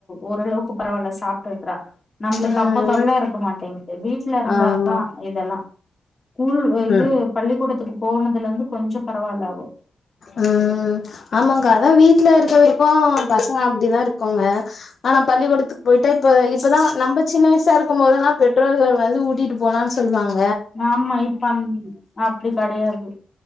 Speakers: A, on the left; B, on the left.
A: ஓரளவுக்கு பரவால்ல சாப்பிட்றா நம்ப்ளுக்கு
B: ம்
A: அப்ப தொல்ல இருக்க மாட்டேங்து வீட்ல இருந்தாதா
B: ஆமா
A: இதல்லா கூல் அ இது
B: ம்
A: பள்ளிக்கூடத்துக்கு போனதுலந்து கொஞ்சொ பரவா இல்ல அவொ
B: ஆ ஆமாங்கா அதா வீட்ல இருக்க வரிக்கு பசங்க அப்டிதா இருக்குங்க ஆனா பள்ளிக்கூடத்துக் போய்ட்டா இப்ப இப்பதா நம்ப சின்ன வயசா இருக்கம் போதெல்லா பெற்றோர்கள் வந்து ஊட்டிட்டு போலான் சொல்லுவாங்
A: ஆமா இப்ப அந் அப்டி கடையாது